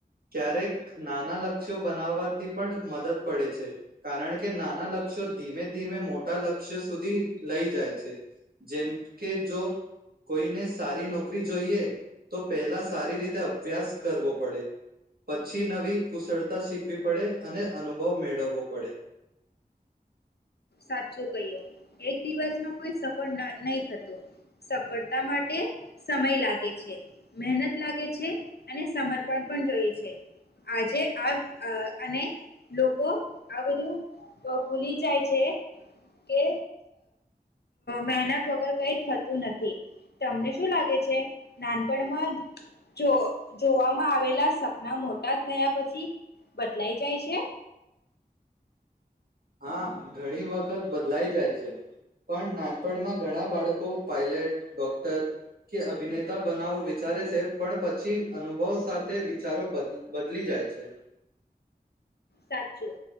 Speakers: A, on the right; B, on the left.
A: ક્યારેક નાના લક્ષ્યો બનાવવાથી પણ મદદ પડે છે, કારણ કે નાના લક્ષ્યો ધીમે ધીમે મોટા લક્ષ્યો સુધી લઈ જાય છે, જેમ કે જો કોઈને સારી નોકરી જોઈએ તો પહેલા સારી રીતે અભ્યાસ કરવો પડે, પછી નવી કુશળતા શીખવી પડે અને અનુભવ મેળવવો પડે.
B: સાચું ક્યું, એક દિવસમાં કોઈ સફળ નહી થતું, સફળતા માટે સમય લાગે છે મહેનત લાગે છે અને સમર્પણ પણ જોઈએ છે, આજે આ અને લોકો આ બધું ભૂલી જાય છે. કે મહેનત વગર કઈ થતું નથી, તમને શું લાગે છે નાનપણમાં જો જોવામાં આવેલા સપના મોટા થયા પછી બદલાઈ જાય છે?
A: હા ઘણી વખત બદલાઈ જાય છે, પણ નાનપણમાં ઘણા બાળકો પાઇલટ, ડોક્ટર કે અભિનેતા બનાવો વિચારે છે પણ પછી અનુભવ સાથે વિચારો બદલી જાય છે.
B: સાચું,